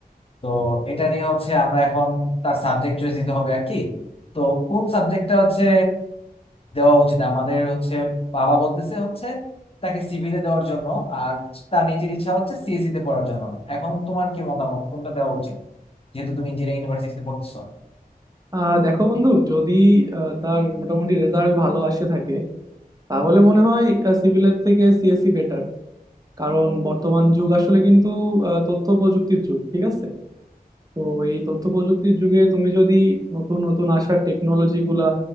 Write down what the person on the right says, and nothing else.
আহ দেখো বন্ধু যদি আহ, তার মোটামুটি রেজাল্ট ভালো আসে থাকে তাহলে মনে হয় সিভিলের থেকে সিএসসি বেটার কারণ বর্তমান যুগ আসলে কিন্তু আহ, তথ্য প্রযুক্তির যুগ ঠিক আছে তো এই তথ্য প্রযুক্তির যুগে তুমি যদি নতুন নতুন আসা টেকনোলজি গুলা